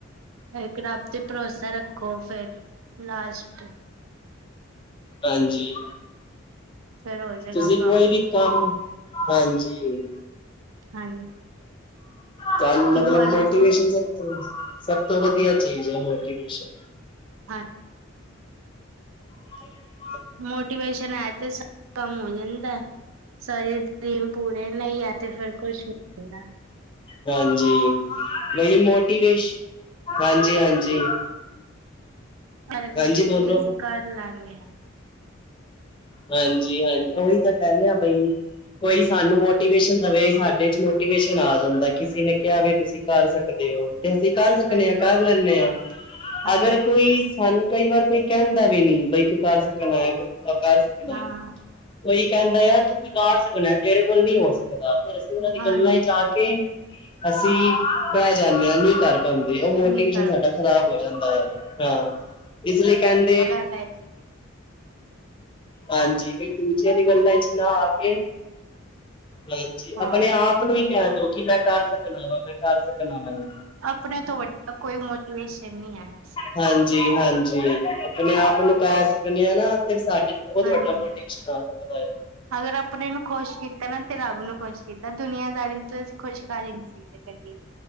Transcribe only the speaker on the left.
ਹਾਂਜੀ
ਤੁਸੀਂ
ਕੋਈ ਵੀ ਕੰਮ, ਹਾਂਜੀ
ਕੰਮ
ਮਤਲਬ
ਮੋਟੀਵੇਸ਼ਨ
ਸਭ ਤੋਂ-ਸਭ ਤੋਂ ਵਧੀਆ ਚੀਜ਼ ਹੈ, ਮੋਟੀਵੇਸ਼ਨ
<inaudible>
ਹਾਂਜੀ ਬਈ ਮੋਟੀਵੇਸ਼ਨ ਹਾਂਜੀ ਹਾਂਜੀ
ਹਾਂਜੀ
ਬੋਲੋ
ਹਾਂਜੀ ਹਾਂਜੀ ਉਹੀ ਤਾਂ ਕਹਿ ਰਿਹਾ ਬਈ ਕੋਈ ਸਾਨੂੰ ਮੋ ਮੋਟੀਵੇਸ਼ਨ ਵੇ ਸਾਡੇ ਚ ਮੋਟੀਵੇਸ਼ਨ ਆ ਜਾਂਦਾ ਕਿਸੇ ਨੇ ਕਿਹਾ ਵੀ ਤੁਸੀਂ ਕਰ ਸਕਦੇ ਹੋ ਤੇ ਅਸੀਂ। ਕਰ ਸਕਨੇ
ਹਾਂ ਕਰ ਲੈਂਨੇ ਹਾਂ
ਅਗਰ ਕੋਈ ਸ। ਸਾਨੂੰ ਕਈ ਵਾਰ ਕੋਈ ਕਹਿੰਦਾ ਵੀ ਨੀ ਬਈ ਤੂੰ ਕਰ ਸਕਣ ਅ। ਗੁੱਸਾ ਕਰ ਸਕਦਾ
ਕੋਈ ਕਹਿੰਦਾ ਆ ਤੂੰ ਵਿਗਾੜ ਸਕਣਾ ਹਾ ਤੇਰੇ ਕੋਲ ਨਹੀਂ ਹੋ ਸਕਦਾ। ਫਿਰ ਅਸੀਂ ਉਹਨਾਂ ਦੀ
ਗੱਲਾਂ ਚ ਆ ਕੇ ਅਸੀਂ
ਬਹ ਜਾਂਦੇ ਹਾਂ ਨੀ ਕਰ। ਦੇ ਉਹ ਮੋਟੀਵੇਸ਼ਨ
ਸਾਡਾ
ਖ਼ਰਾਬ ਹੋ ਜਾਂਦਾ ਹੈ ਅ ਹਾਂ ਇਸ ਲਈ ਕਹਿੰ।
ਹਾਂਜੀ ਬਈ ਦੂਜਿਆਂ ਦੀਆਂ ਗੱਲਾਂ 'ਚ ਨਾ ਆ ਕੇ। ਹਾਂਜੀ
ਆਪਣੇ ਆਪ ਨੂੰ ਹੀ ਕਹਿ ਦੋ ਕਿ ਮੈਂ ਕਰ ਸਕਣਾ ਵਾਂ ਮੈਂ ਕਰ ਸਕਣਾ ਅਵਾਗਾ।
ਹਾਂਜੀ ਹਾਂਜੀ ਆਪਣੇ ਆਪ ਨੂੰ ਕਹਿ ਸਕਦੇ ਹਾਂ ਨਾ ਤੇ ਸਾਡੇ ਤੋ। ਬਹੁਤ
ਵੱਡਾ ਮੋਟੀਵੇਸ਼ਨ ਆ ਸਕਦਾ ਹਾ।